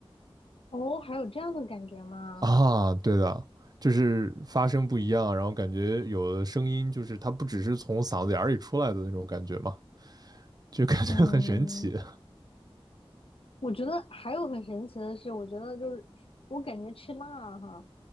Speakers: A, on the left; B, on the right.
A: 哦，还有这样的感觉吗？
B: 啊，对的，就是发声不一样，然后感觉有的声音就是它不只是从嗓子眼儿里出来的那种感觉嘛，就感觉很神奇
A: 嗯，我觉得还有很神奇的是，我觉得就是我感觉吃辣哈，